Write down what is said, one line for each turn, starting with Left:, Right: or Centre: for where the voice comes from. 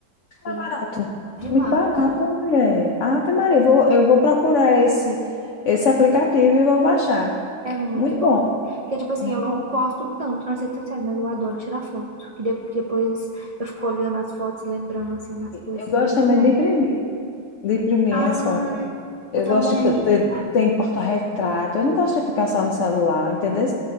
Right: E
Left: é barato.
Right: demais.
Left: Muito barato, mulher. Ave Maria, eu vou, eu vou procurar esse, esse aplicativo e vou baixar.
Right: É muito
Left: Muito
Right: bom.
Left: bom,
Right: Porque, tipo assim,
Left: muito
Right: eu não
Left: bom.
Right: posto tanto nas redes sociais, mas eu adoro tirar foto. Que de- que depois eu fico olhando as fotos e lembrando, assim, das coisas.
Left: Eu gosto
Right: É muito
Left: também
Right: bom.
Left: de imprimir. de imprimir
Right: Ai,
Left: as fotos. Eu
Right: eu também.
Left: gosto de co- ter, tem porta-retrato. Eu não gosto de ficar só no celular, entendeu?